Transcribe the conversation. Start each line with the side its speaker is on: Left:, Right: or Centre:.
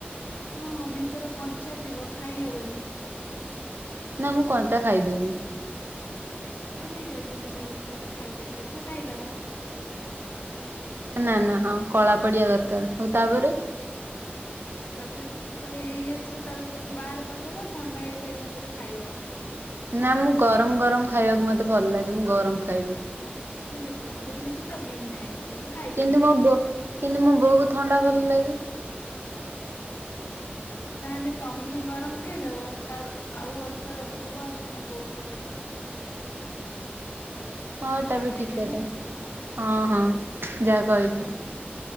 Left: ହୁଁ, ଭିତର କଞ୍ଚା ଥିବ, ଖାଇ ହବନି।
Right: ନା ମୁଁ କଞ୍ଚା ଖାଇଦେବି।
Left: ଆ ଠିକ୍ ଅଛି। ସେଟା ଯଦି ତମେ ଖାଇପାରିବ ତ ଖାଇଦବ।
Right: ନା ନା। ହଁ, କଳା ପଡିବା ଦରକାର।
Left: ତା ପରେ ସେଠି ତା ହେଲେ ହେଇ ଆସିବ। ତା ପରେ ତାକୁ ବାହାର କରିଦବ। ଥଣ୍ଡା ହେଇସାରିଲା ପରେ ଖାଇବ।
Right: ନା ମୁଁ ଗରମ ଗରମ ଖାଇବାକୁ ମତେ ଭଲ ଲାଗେ। ମୁଁ ଗରମ ଖାଇବି।
Left: ଠିକ୍ ଅଛି। ଏଥିରେ ବି କିଛି ପ୍ରୋବ୍ଲେମ୍ ନାହିଁ। କିନ୍ତୁ ଖାଇପାରିବ।
Right: କିନ୍ତୁ ମୋ ବୋ କିନ୍ତୁ ମୋ ବୋଉକୁ ଥଣ୍ଡା ଭଲ ଲାଗେ।
Left: ତା ହେଲେ ତମେ ଗରମ ଖାଇଦବ। ତା ଆଉ ଅଳ୍ପ ରଖିଦବ, ତମ ବୋଉଙ୍କ ପାଇଁ।
Right: ହଁ
Left: ମୋ
Right: ଏଟା
Left: ମା
Right: ବି
Left: ଖାଇଦବ।
Right: ଠିକ କଥା ହଁ ହଁ, ଯାହା କହିଲୁ।